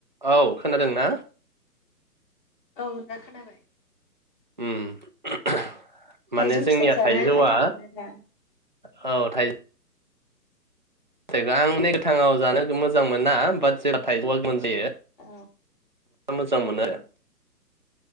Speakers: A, on the right; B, on the left.
A: औ खोनादों ना
B: औ दा खोनाबाय
A: ओम
B: थाइजौ
A: माने जोंनिया
B: फिथाइ जानो
A: थाइजौआ
B: गोथाव मोनो दा
A: औ थाइ जेसेबां माने गोथाङाव जानो मोजां मोना बाट जेब्ला थाइजौआ गोमोन जायो
B: औ
A: मोजां मोनो आरो